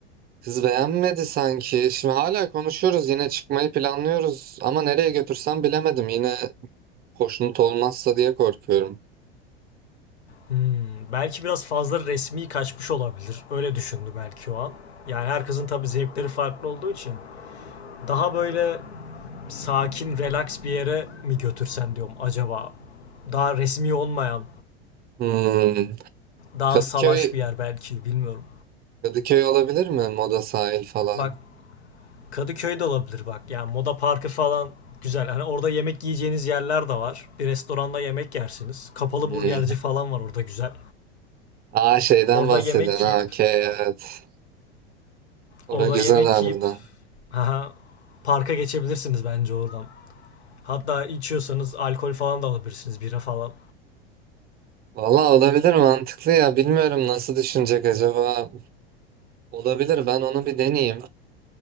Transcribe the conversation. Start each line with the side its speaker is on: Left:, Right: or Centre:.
Right: kız beğenmedi sanki. Şimdi hala konuşuyoruz yine çıkmayı planlıyoruz. Ama nereye götürsem bilemedim yine Hoşnut olmazsa diye korkuyorum.
Left: Hmm. Belki biraz fazla resmi kaçmış olabilir. Öyle düşündü belki o an. Yani herkesin tabii zevkleri farklı olduğu için daha böyle sakin, relax bir yere mi götürsen diyorum acaba. Daha resmi olmayan
Right: Hmm.
Left: Daha
Right: Kadıköy
Left: salaş bir yer belki bilmiyorum.
Right: Kadıköy olabilir mi? Moda sahil falan.
Left: Bak Kadıköy de olabilir bak. Yani Moda Parkı falan güzel. Hani orada yemek yiyeceğiniz yerler de var. Bir restoranda yemek yersiniz. Kapalı
Right: Hmm.
Left: burgerci falan var orada güzel.
Right: Aa şeyden
Left: Orada
Right: bahsediyorsun.
Left: yemek
Right: Ha
Left: yiyip,
Right: okey evet. Ora
Left: orada
Right: güzel
Left: yemek
Right: harbiden.
Left: yiyip haha, parka geçebilirsiniz bence oradan. Hatta içiyorsanız alkol falan da alabilirsiniz, bira falan.
Right: Valla olabilir mantıklı ya. Bilmiyorum nasıl düşünecek acaba. Olabilir ben onu bir deneyeyim.